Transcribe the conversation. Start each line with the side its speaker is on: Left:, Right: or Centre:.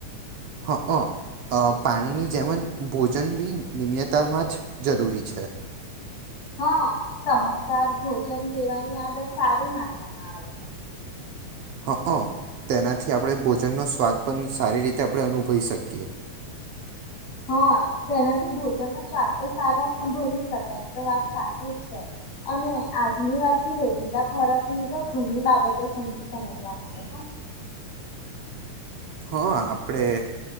Right: હં પાણીની જેમ જ ભોજન બી નિમયતામાં જ જરૂરી છે
Left: હા. સમજદાર ભોજન લેવાની આદત સારી માનવામાં આવે છે.
Right: હ. તેનાથી આપણે ભોજનનો સ્વાદ પણ સારી રીતે આપણે અનુભવી શકીએ.
Left: હા, તેનાથી ભોજનનો સ્વાદ તો સારો અ ભરી જ શકાય એ તો વાત સાચી જ છે અને આજની વાત થી રોજિંદા ખોરાકની તો ઘણી બાબતો સમજવા મળે.
Right: હા. આપણે